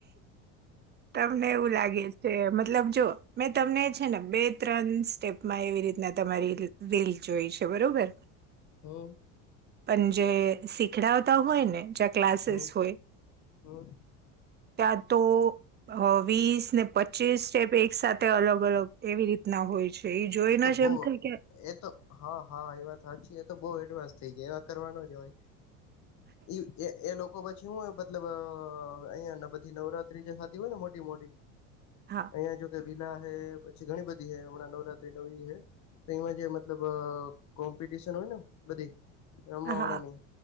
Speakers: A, on the right; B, on the left.
A: તમને એવું લાગે છે એમ. મતલબ જો મેં તમને છે ને બે ત્રણ સ્ટેપમાં એવી રીતના તમારી રીલ જોઈ. છે બરોબર.
B: હો.
A: પણ જે શીખડાવતા હોય ને ઝટ ક્લાસેસ
B: હમ
A: હોય
B: હમ
A: તાંજ. તો અ વીસ ને પચીસ સ્ટેપ એક સાથે અલગ-અલગ એવી રીતના હોય છે. એ જોઈ ન
B: તો
A: જ
B: બહ
A: એમ થાય કે
B: એ તો હા હા એવા સાચી એ તો બહુ એડવાન્સ થઈ જાય એવા કરવા નો જવાય. એ એ એ લોકો બધી શું હોય મતલબ અ અહિયાં બધી નવરાત્રી જે થતી હોય ને મોટી-મોટી.
A: હા
B: અહિયાં જો કે વિલા હે પછી ઘણી બધી હૈ હમણાં નવરાત્રી નવી હૈ. એમાં જે મતલબ અ કોમ્પિટશન હોય ને, બધી. રમવા
A: હા
B: વાડાની
A: હા